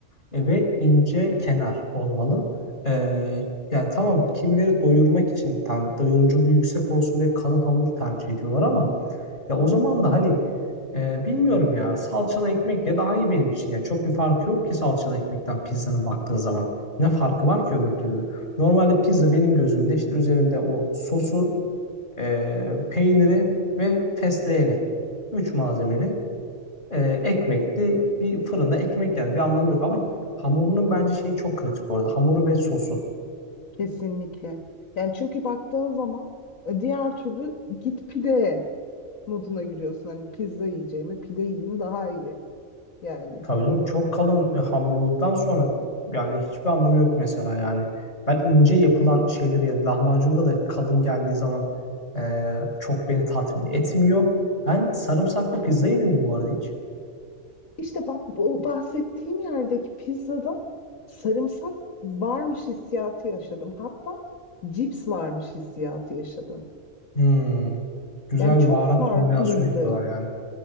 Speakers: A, on the left; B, on the left.
A: e, ve ince kenar olmalı. Ee, yani tamam kimileri doyurmak için tam doyuruculuğu yüksek olsun diye kalın hamur tercih ediyorlar ama ya o zaman da hani e, bilmiyorum ya salçalı ekmek ya daha iyi benim için ya. Çok bir farkı yok ki salçalı ekmekten pizzanın baktığın zaman. Ne farkı var ki öbür türlü? Normalde pizza benim gözümde işte üzerinde o sosu, e, peyniri ve fesleğeni. Üç malzemeli. E, ekmekti. Bir fırında ekmek yani bir anlamı yok ama hamurunun bence şeyi çok kritik orada. Hamuru ve sosu.
B: Kesinlikle. Yani çünkü baktığın zaman e, diğer türlü git pide moduna giriyorsun. Hani pizza yiyeceğime pide yiyeyim daha iyi. Yani
A: Tabii canım çok kalın e, hamur olduktan sonra yani hiçbir anlamı yok mesela yani. Ben ince yapılan şeyleri ya lahmacunda da kalın geldiği zaman e, çok beni tatmin etmiyor. Ben sarımsaklı pizza yedim mi bu arada hiç?
B: işte bak bu bahsettiğim yerdeki pizzada sarımsak varmış hissiyatı yaşadım. Hatta cips varmış hissiyatı yaşadım.
A: Hmm. Güzel
B: Yani çok
A: bir baharat
B: farklıydı.
A: kombinasyonu yapıyorlar yani.